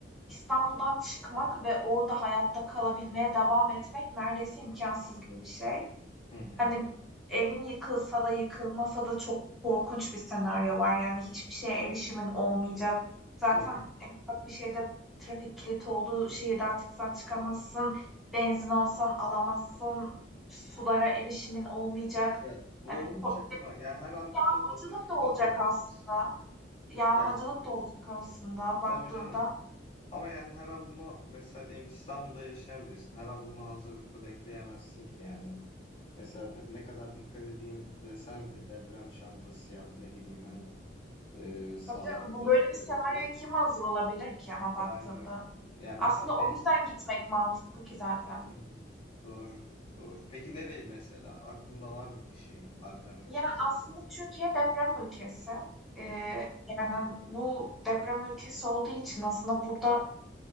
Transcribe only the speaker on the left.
Hı hı.
Tabii.
Ya bu
olmayacak
ama ya her an
buna hazırlıklı
da olamaz.
Ya
tabii canım. Ama yani her an buna mesela diyelim ki İstanbul'da yaşayan birisin. Her an buna hazırlıklı bekleyemezsin ki yani. Mesela tabii ne kadar dikkat edeyim desen de deprem çantası yap ne bileyim hani e, sağlam
bir yerde
otur.
Yani yani
mesela be
Hı hı. Doğru. Doğru. Peki nereye mesela? Aklında var mı bir şehir alternatif
İstanbul
için?
Hı,